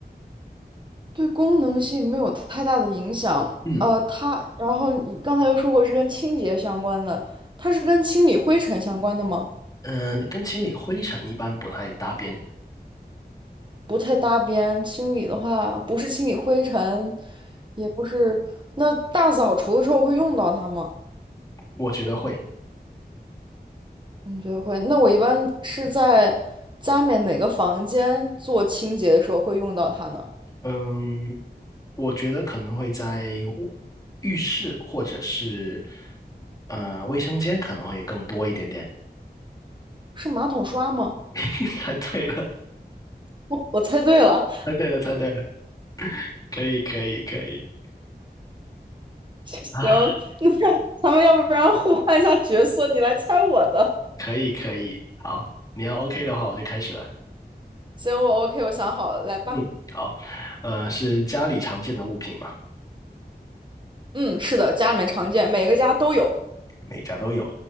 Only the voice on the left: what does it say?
嗯。
嗯、跟清理灰尘一般不太搭边，
我觉得会。
嗯，我觉得可能会在卧浴室或者是呃卫生间可能会更多一点点。
<laughs> 猜对了，
猜对了，猜对了，可以，可以，可以
啊，
可以，可以。好，你要 OK 的话，我就开始了。
嗯，好，呃，是家里常见的物品嘛，
每家都有。